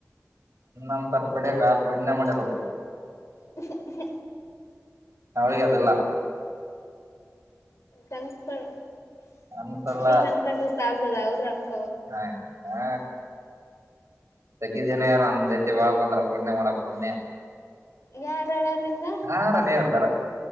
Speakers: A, on the right (about 60°); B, on the left (about 65°).
A: ಅಂತರ ಬಡಗ ಪಣ್ಯ ಮನೆ ರೋದು
B: ಹ
A: ಅವಳಿಗೆ ಅದಿಲ್ಲ
B: ಕನ್ಸ್ಕೊಂಡ
A: ಅನ್ಸಲ್ಲ
B: ನೀನ್ ಅನ್ಕೊಂಡ್ರರು ಸಾಲ್ದದ ಅವ್ರ ಅನ್ಕ
A: ಹಯ ಹಾ ತಗ್ಗಿ ಜನ ಯಾರ ಅ ಜೈತೆ ಬಳಕ್ ಬಂದ್ರ ಕುಣ್ಣೆ ಮಾಡಕ್ ಕುಣ್ಣೆ
B: ಯಾರುಡು ನಿಂಗ
A: ಆರನ ಹೇ ದಾರ